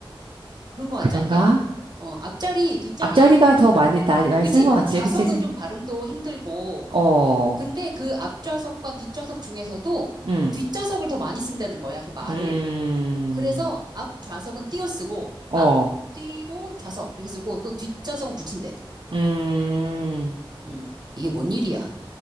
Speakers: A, on the right; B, on the right.
A: 그런 거 같지
B: 그런가?
A: 않냐? 어, 앞자리, 뒷자리,
B: 앞자리가
A: 뭐,
B: 더 많이, 나- 많이
A: 그치?
B: 쓰는 것 같지,
A: 좌석은
B: 그치? 이제?
A: 좀 발음도 힘들고,
B: 어,
A: 근데 그 앞좌석과 뒷좌석 중에서도
B: 음,
A: 뒷좌석을 더 많이 쓴다는 거야, 그 말을.
B: 음,
A: 그래서 앞 좌석은 띄어쓰고,
B: 어,
A: 앞 띄고 좌석 이렇게 쓰고, 또 뒷좌석은 붙인대.
B: 음.
A: 음, 이게 뭔 일이야?